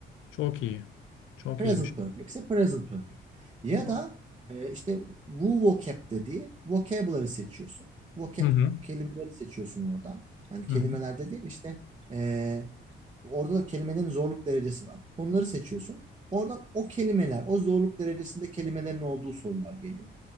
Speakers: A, on the left; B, on the right.
A: Çok iyi. Çok
B: Present
A: iyiymiş.
B: perfect ise present perfect. Ya
A: Hı
B: da e, işte Wu vocab dediği vocabulary seçiyorsun. Vocab
A: hı.
B: kelimeleri seçiyorsun oradan. Yani kelimelerde
A: Hı hı.
B: değil işte e, orada da kelimelerin zorluk derecesi var. Onları seçiyorsun. Oradan o kelimeler, o zorluk derecesinde kelimelerin olduğu sorular geliyor.